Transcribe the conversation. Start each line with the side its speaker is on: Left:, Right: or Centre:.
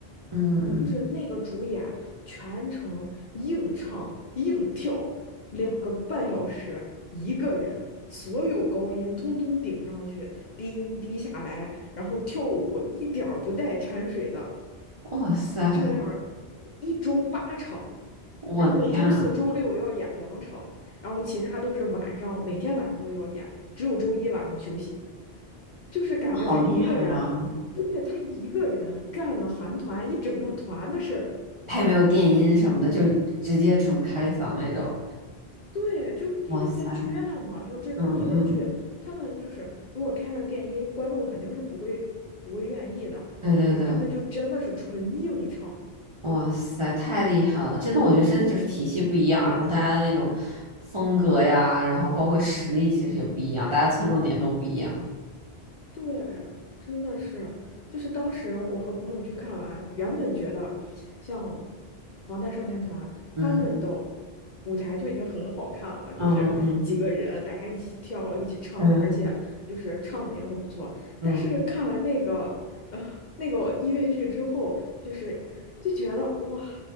Right: 嗯，
Left: 就是那个主演全程硬唱硬跳两个半小时，一个人所有高音通通顶上去，低音低下来，然后跳舞一点儿不带掺水的，
Right: 哇塞，
Left: 就那样一周八场，
Right: 我的天啊！
Left: 然后周四周六要演两场，然后其他都是晚上，每天晚上都要演，只有周一晚上休息。就是感觉他一个人，
Right: 好厉害啊！
Left: 对，他一个人干了韩团一整个团的事儿。
Right: 他也没有电音什么的，就直接纯开嗓那种。
Left: 对，就因为在剧院嘛，
Right: 哇塞，
Left: 就是这种音乐剧，
Right: 嗯嗯，
Left: 他们就是如果开了电音，观众肯定是不会不会愿意的，
Right: 对对对，
Left: 就是他们就真的是纯硬唱。
Right: 哇塞，太厉害了！真的，我觉得真的就是体系不一样，然后大家的那种风格呀，然后包括实力其实也不一样，大家侧重点都不一样。
Left: 对，真的是，就是当时我和朋友去看完，原本觉得像防弹少年团他们的
Right: 嗯
Left: 舞台就已经很好看了，
Right: 嗯嗯，
Left: 就是几个人大家一起跳、一起唱，
Right: 嗯
Left: 而且就是唱的也很不错。
Right: 嗯嗯，
Left: 但是看完那个呃那个音乐剧之后，就是就觉得哇，